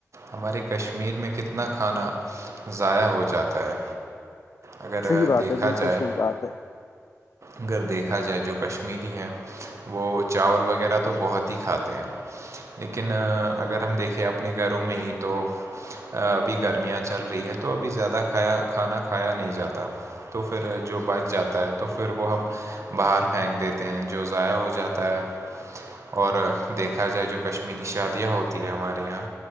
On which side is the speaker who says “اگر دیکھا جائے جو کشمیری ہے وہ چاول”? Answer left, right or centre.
Right